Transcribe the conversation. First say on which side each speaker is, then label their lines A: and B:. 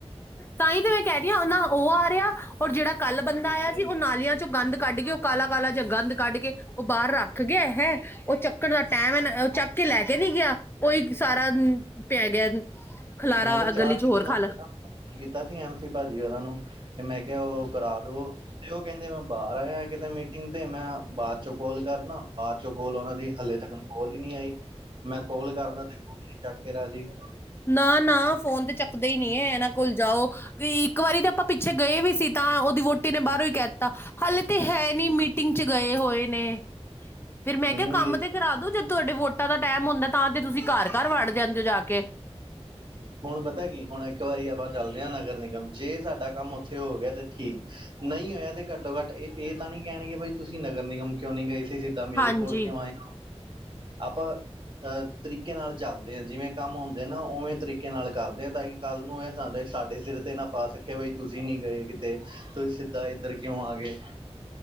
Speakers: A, on the left; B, on the right.
A: ਤਾਂਹੀ ਤੇ ਮੈਂ ਕਹਿ ਰਹੀ ਆਂ, ਨਾ ਉਹ ਆ ਰਿਹਾ, ਔਰ ਜਿਹੜਾ ਕੱਲ ਬੰਦਾ ਆਇਆ ਸੀ, ਉਹ ਨਾਲੀਆਂ'ਚੋਂ ਗੰਦ ਕੱਢਕੇ ਉਹ ਕਾਲਾ-ਕਾਲਾ ਜਾਂ ਗੰਦ ਕੱਢਕੇ ਉਹ ਬਾਹਰ ਰੱਖ ਗਿਆ ਹੈ। ਉਹ ਚੱਕਣ ਦਾ ਟਾਈਮ ਹੈ ਨਾ, ਉਹ ਚੱਕ ਕੇ ਲੈਕੇ ਨਹੀ ਗਿਆ, ਉਹੀ ਸਾਰਾ ਪੈਗਿਆ ਖਲਾਰਾ,
B: ਮੈਂ ਤਾਂ ਚਾਰ
A: ਗਲੀ'ਚ
B: ਕੁ
A: ਹੋਰ
B: ਦਿਨਾਂ
A: ਖਾਲਾ
B: ਪਹਿਲਾਂ ਕੀਤਾ ਸੀ ਐਮਸੀ ਭਾਜੀ ਹੋਰਾ ਨੂੰ, ਕਿ ਮੈਂ ਕਿਹਾ ਉਹ ਕਰਾਦੋ ਤੇ ਉਹ ਕਹਿੰਦੇ ਮੈਂ ਬਾਹਰ ਆਇਆ ਕਿਤੇ ਮੀਟਿੰਗ ਤੇ ਮੈਂ ਬਾਅਦ ਚੋਂ ਕੋਲ ਕਰਨਾ। ਬਾਅਦ ਚੋਂ ਕੋਲ ਉਹਨਾਂ ਦੀ ਹਲੇੇ ਤੱਕ ਕੋਲ ਹੀ ਨੀ ਆਈ। ਮੈਂ ਕੋਲ ਕਰਨਾ ਤੇ ਕੋਲ ਨੀ ਚੱਕ ਕੇ ਰਾਜੀ।
A: ਨਾ-ਨਾ ਫੋਨ ਤੇ ਚੱਕਦੇ ਹੀ ਨਹੀਂ ਹੈ। ਇਹਨਾਂ ਕੋਲ ਜਾਓ ਇੱਕ ਵਾਰੀ ਤਾਂ ਆਪਾਂ ਛੇ ਗਏ ਵੀ ਸੀ ਤਾਂ ਉਹਦੀ ਵੋਟੀ ਨੇ ਬਾਹਰੋਂ ਹੀ ਕਹਤਾ ਹਲੇ ਤਾਂ ਹੈ ਨਹੀਂ ਮੀਟਿੰਗ ਚ ਗਏ ਹੋਏ ਨੇ। ਫੇਰ ਮੈਂ
B: ਮੈਨੂੰ
A: ਕਿਹਾ ਕੰਮ
B: ਵੀ
A: ਤੇ ਕਰਾ ਦੋ ਜਦ ਤੁਹਾਡੇ ਵੋਟਾਂ ਦਾ ਟਾਈਮ ਹੁੰਦਾ ਤਾਂ ਤੇ ਤੁਸੀਂ ਘਰ-ਘਰ ਵੜ ਜਾਂਦੇ ਹੋ ਜਾ ਕੇ।
B: ਹੁਣ ਪਤਾ ਕੀ ਹੁਣ ਇੱਕ ਵਾਰੀ ਆਪਾਂ ਚੱਲਦੇ ਹਾਂ ਨਗਰ ਨਿਗਮ ਜੇ ਜੇ ਸਾਡਾ ਕੰਮ ਉੱਥੇ ਹੋ ਗਿਆ ਤੇ ਠੀਕ ਨਹੀਂ ਹੋਇਆ ਤੇ ਘੱਟੋ ਘੱਟ ਇਹ ਇਹ ਤਾਂ ਨਹੀਂ ਕਹਿਣਗੇ ਬਈ ਤੁਸੀਂ ਨਗਰ ਨਿਗਮ ਕਿਉਂ ਨੀ ਗਏ ਸੀ ਸਿੱਧਾਂ ਮੇਰੇ
A: ਹਾਂਜੀ
B: ਕੋਲ ਕਿਉਂ ਆਏ ਆਪਾਂ ਅਹ ਤਰੀਕੇ ਨਾਲ ਚੱਲਦੇ ਆ ਜਿਵੇਂ। ਕੰਮ ਹੁੰਦੇ ਨਾ, ਉਵੇ ਤਰੀਕੇ ਨਾਲ ਕਰਦੇ ਆ ਤਾਂ ਕਿ ਕੱਲ੍ਹ ਨੂੰ ਇਹ ਸਾਡੇ ਸਿਰ ਤੇ ਨਾ ਪਾ ਸਕੇ ਬਈ ਤੁਸੀ ਨੀ ਗਏ। ਤੇ ਤੁਸੀ ਸਿੱਧਾ ਇੱਧਰ ਕਿਉ ਆ ਗਏ।